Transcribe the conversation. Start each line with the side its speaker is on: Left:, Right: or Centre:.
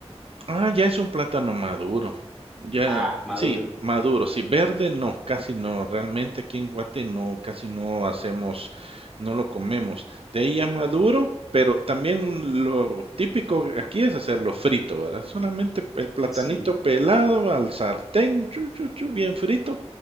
Right: Ah, ya es un plátano maduro. Ya,
Centre: Ah, maduro.
Right: sí, maduro, sí, verde no, casi no, realmente aquí en Guate no, casi no hacemos, no lo comemos. De ahí ya maduro, pero también lo típico aquí es hacerlo frito, ¿verdad? Solamente el platanito
Centre: Sí.
Right: pelado al sartén, chu, chu, chu, bien frito,